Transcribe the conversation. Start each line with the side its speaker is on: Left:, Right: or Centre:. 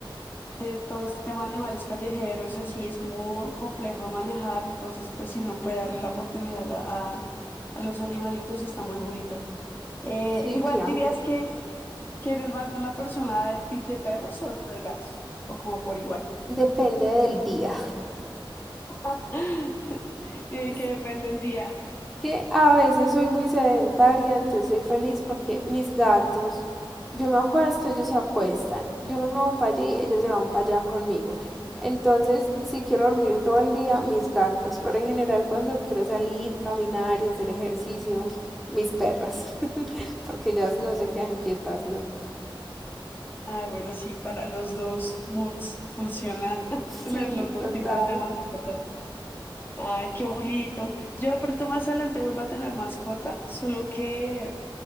Left: de todo este tema de animales callejeros, así es como complejo de manejar, entonces pues si uno puede darle la oportunidad a, a- a los animalitos, está muy bonito. Eh,
Centre: sí,
Left: igual
Centre: claro.
Left: dirías que, que eres más de una persona de, ti- de perros o de gatos, o como por igual,
Centre: Depende del día.
Left: <laughs> Eh,
Centre: <laughs>
Left: que depende el día.
Centre: que a veces soy muy sedentaria, entonces soy feliz porque mis gatos, yo me acuesto, ellos se acuestan, yo me muevo para allí, ellos se van para allá conmigo. Entonces, si quiero dormir todo el día, mis gatos, pero en general cuando quiero salir, caminar y hacer ejercicio, mis perras, <laughs> porque ellas no se quedan quietas nunca.
Left: Ah, bueno, sí, para los dos moods funciona <laughs> tener
Centre: Sí,
Left: los dos
Centre: total.
Left: tipos de mascotas. Ay, qué bonito. Yo de pronto más adelante vuelvo a tener mascota, solo que